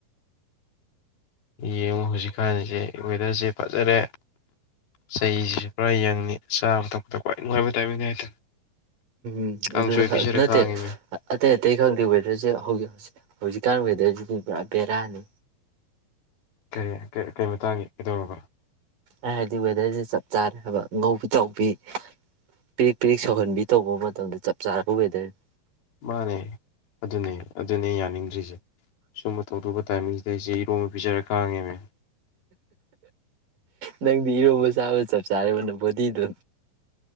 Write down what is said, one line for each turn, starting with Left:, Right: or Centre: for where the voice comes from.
Left: ꯌꯦꯡꯉꯨ ꯍꯧꯖꯤꯛꯀꯥꯟꯁꯦ ꯋꯦꯗꯔꯁꯦ ꯐꯖꯔꯦ ꯆꯍꯤꯁꯤꯁꯨ ꯄꯨꯔꯥ ꯌꯡꯅꯤ ꯆꯥꯕ ꯊꯛꯄꯗ ꯈ꯭ꯋꯥꯏ ꯅꯨꯡꯉꯥꯏꯕ ꯇꯥꯏꯃꯤꯡꯅꯤ ꯍꯥꯏꯇꯥꯔꯦ
Right: ꯅꯠ
Left: ꯀꯥꯡꯁꯣꯏ ꯄꯤꯖꯔ
Right: ꯅꯠꯇꯦ
Left: ꯀꯥꯡꯉꯤꯃꯦ
Right: ꯑꯇꯩ ꯑꯇꯩ ꯈꯪꯗꯦ ꯋꯦꯗꯔꯁꯦ ꯍꯧꯖꯤꯛ ꯍꯧꯁ ꯍꯧꯖꯤꯛꯀꯥꯟ ꯋꯦꯗꯔꯁꯤꯗꯤ ꯄꯨꯔꯥ ꯕꯦꯔꯥꯅꯤ
Left: ꯀꯔꯤ ꯀꯩ ꯃꯇꯥꯡꯒꯤ ꯀꯩꯗꯧꯔꯕ
Right: ꯑꯩ ꯍꯥꯏꯗꯤ ꯋꯦꯗꯔꯁꯦ ꯆꯞ ꯆꯥꯔꯦ ꯍꯥꯏꯕ ꯉꯧꯕꯤ ꯇꯧꯕꯤ ꯄꯤꯔꯤꯛ ꯄꯤꯔꯤꯛ ꯁꯧꯍꯟꯕꯤ ꯇꯧꯕ ꯃꯇꯝꯗ ꯆꯞ ꯆꯥꯔꯕ ꯋꯦꯗꯔꯅꯤ
Left: ꯃꯥꯅꯦ ꯑꯗꯨꯅꯦ ꯑꯗꯨꯅꯦ ꯌꯥꯅꯤꯡꯗ꯭ꯔꯤꯁꯦ ꯁꯨꯝꯕ ꯇꯧꯗꯣꯛꯄ ꯇꯥꯏꯃꯤꯡꯁꯤꯗꯩ ꯑꯩꯁꯦ ꯏꯔꯣꯝꯝꯕ ꯄꯤꯖꯔ ꯀꯥꯡꯥꯡꯉꯦ ꯃ
Right: ꯅꯪꯗꯤ ꯏꯔꯣꯟꯕ ꯆꯥꯕꯁꯨ ꯆꯞ ꯆꯥꯔꯦ ꯕꯣꯗꯤꯗꯣ